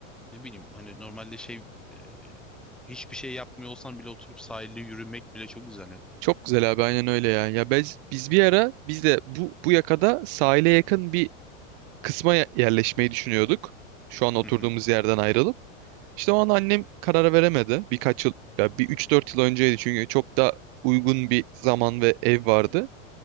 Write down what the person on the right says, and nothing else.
Çok güzel abi aynen öyle ya. Ya biz, biz bir ara biz de bu, bu yakada sahile yakın bir kısma ye- yerleşmeyi düşünüyorduk. Şu an oturduğumuz
yerden ayrılıp. İşte o an annem karar veremedi. Birkaç yıl ya bir üç dört yıl önceydi çünkü çok da uygun bir zaman ve ev vardı.